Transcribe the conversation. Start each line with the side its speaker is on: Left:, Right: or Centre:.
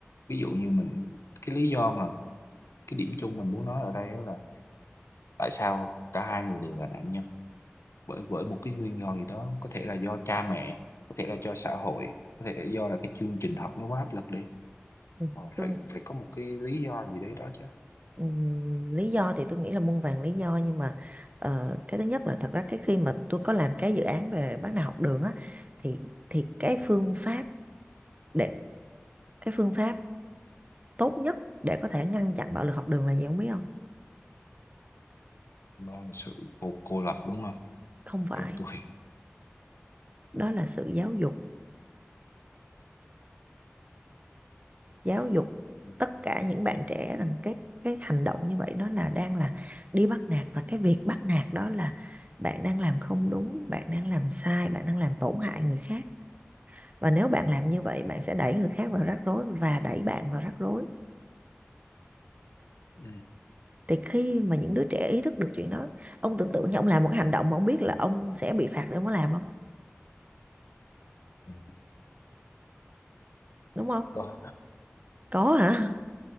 Left: ví dụ như mình cái lý do mà cái điểm chung mình muốn nói ở đây á là tại sao cả hai người đều là nạn nhân bởi bởi một cái nguyên do gì đó có thể là do cha mẹ có thể là do xã hội có thể là do là cái chương trình học nó quá áp lực đi
Right: Ừ,
Left: Ờ, phải
Right: Tôi,
Left: phải có một cái lý do gì đấy đó chứ
Right: ừm, lý do thì tôi nghĩ là muôn vàn lý do nhưng mà ờ, cái thứ nhất là thật ra cái khi mà tôi có làm cái dự án về bắt nạt học đường á, thì thì cái
Left: ừ.
Right: phương pháp để cái phương pháp tốt nhất để có thể ngăn chặn bạo lực học đường là gì không biết không?
Left: do là sự cô cô lập đúng không
Right: Không phải,
Left: theo tôi
Right: đó là sự giáo dục giáo dục
Left: ừ.
Right: tất cả những bạn trẻ rằng cái cái hành động như vậy nó là đang là đi bắt nạt và cái việc bắt nạt đó là bạn đang làm không đúng, bạn đang làm sai, bạn đang làm tổn hại người khác và nếu bạn
Left: Ừ.
Right: làm như vậy bạn sẽ đẩy người khác vào rắc rối và đẩy bạn vào rắc rối
Left: Ừ.
Right: thì khi mà những đứa trẻ ý thức được chuyện đó ông tưởng tượng như ông làm một cái hành động mà ông biết là ông sẽ bị phạt thì ông có làm không
Left: Ừ.
Right: đúng không
Left: có
Right: có hả